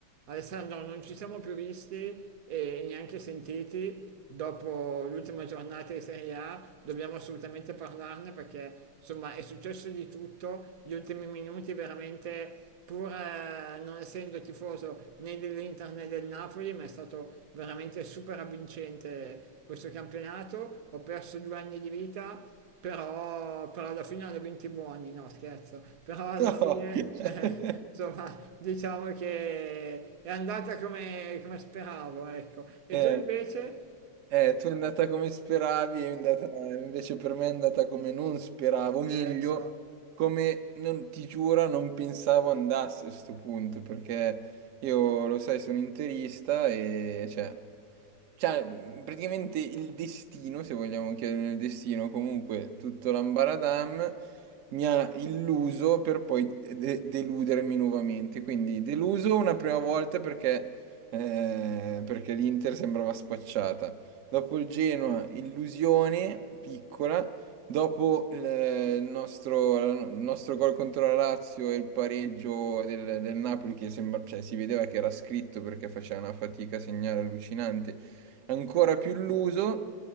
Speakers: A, on the right; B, on the right.
A: Alessandro, non ci siamo più visti e neanche sentiti dopo l'ultima giornata di Serie A, dobbiamo assolutamente parlarne perché insomma è successo di tutto, gli ultimi minuti veramente pur eh, non essendo tifoso né dell'Inter né del Napoli, ma è stato veramente super avvincente questo campionato, ho perso due anni di vita, però, però alla fine hanno vinto i buoni, no scherzo, però alla
B: No.
A: fine
B: <laughs>
A: eh, insomma diciamo che è andata come, come speravo, ecco. E
B: Eh.
A: tu invece?
B: Eh, tu è andata come speravi, è andata, invece per me è andata come non speravo, meglio,
A: Eh, lo so.
B: come non, ti giuro, non pensavo andasse a sto punto, perché io, lo sai, sono interista e, cioè, cioè, mh, praticamente il destino, se vogliamo chiedere nel destino, comunque tutto l'ambaradam mi ha illuso per poi de- deludermi nuovamente. Quindi deluso una prima volta perché, eh, perché l'Inter sembrava spacciata dopo il Genoa, illusione piccola, dopo il, il nostro, il nostro gol contro la Lazio e il pareggio del, del Napoli che sembra, cioè, si vedeva che era scritto perché faceva una fatica a segnare allucinante, ancora più illuso.